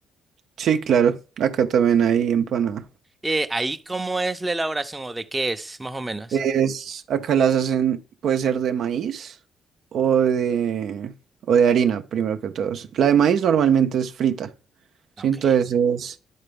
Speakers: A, on the right (about 70°); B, on the right (about 15°).
A: Sí, claro. Acá también hay empanada.
B: Eh, ahí cómo es la elaboración o de qué es, más o menos.
A: Es, acá las hacen, puede ser de maíz o de, o de harina, primero que todo. La de maíz normalmente es frita. Sí,
B: Ok.
A: entonces